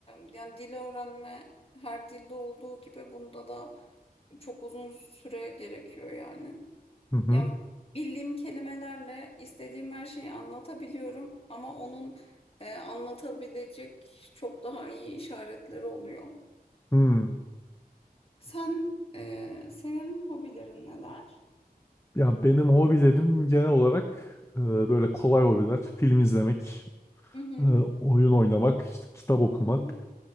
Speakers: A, on the left; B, on the left.
A: yani dil öğrenme her dilde olduğu gibi bunda da çok uzun süre gerekiyor yani.
B: Hı hı.
A: Yani bildiğim kelimelerle istediğim her şeyi anlatabiliyorum ama onun e, anlatabilecek çok daha iyi işaretleri oluyor.
B: Hmm.
A: Sen e, senin hobilerin neler?
B: Ya benim hobilerim genel olarak e, böyle kolay hobiler. Film izlemek,
A: Hı hı.
B: e, oyun oynamak, işte kitap okumak.
A: Hı hı.